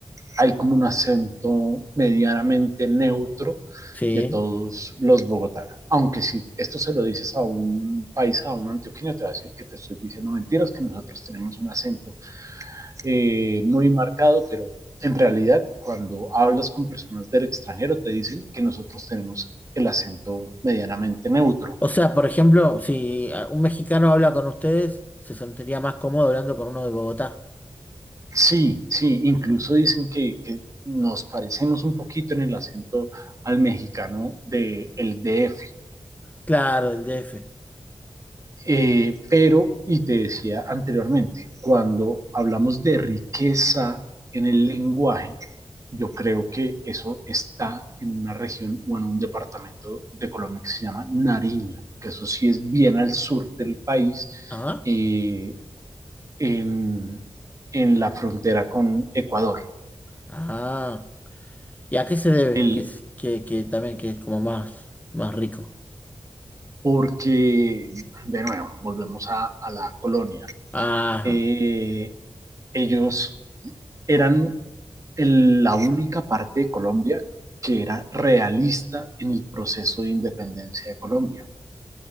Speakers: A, on the right; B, on the left.
A: hay como un acento medianamente neutro
B: sí.
A: de todos los bogotanos. Aunque si esto se lo dices a un país, a un antioqueño, te va a decir que te estoy diciendo mentiras, que nosotros tenemos un acento eh, muy marcado, pero en realidad cuando hablas con personas del extranjero te dicen que nosotros tenemos el acento medianamente neutro.
B: O sea, por ejemplo, si a- un mexicano habla con ustedes, se sentiría más cómodo hablando con uno de Bogotá.
A: Sí, sí, incluso dicen que, que nos parecemos un poquito en el acento al mexicano del de DF,
B: Claro, del DF.
A: Eh, pero, y te decía anteriormente, cuando hablamos de riqueza en el lenguaje, yo creo que eso está en una región o en un departamento de Colombia que se llama Nariño, que eso sí es bien al sur del país,
B: Ajá.
A: eh, en, en la frontera con Ecuador.
B: Ah. ah. ¿Y a qué se debe?
A: El,
B: Que, es- que, que también que es como más, más rico.
A: porque, de nuevo, volvemos a, a la colonia.
B: Ah,
A: Eh, ellos eran el- la única parte de Colombia que era realista en el proceso de independencia de Colombia.